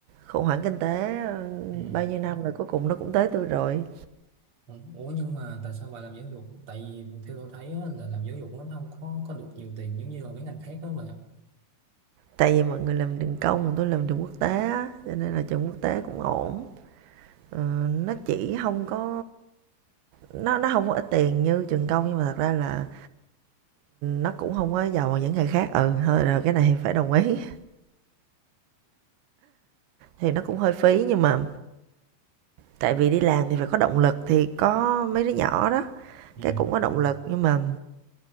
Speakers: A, on the right (about 85°); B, on the right (about 30°).
A: khủng hoảng kinh tế ờ,
B: Ừ.
A: bao nhiêu năm rồi cuối cùng nó cũng tới tôi rồi.
B: Ừ. Ủa nhưng mà tại sao bà làm giáo dục? Tại vì theo tôi thấy á, là làm giáo dục nó không có có được nhiều tiền giống như là mấy ngành khác đó bà.
A: Tại vì mọi người làm trường công, còn tôi làm trường quốc tế á, cho nên là trường quốc tế cũng ổn. Ờ, nó chỉ không có nó nó không có ít tiền như trường công nhưng mà thật ra là nó cũng không có giàu bằng những nghề khác ừ thôi rồi cái này thì phải đồng ý thì nó cũng hơi phí nhưng mà tại vì đi làm thì phải có động lực thì có mấy đứa nhỏ đó
B: Ừ.
A: cái cũng có động lực nhưng mà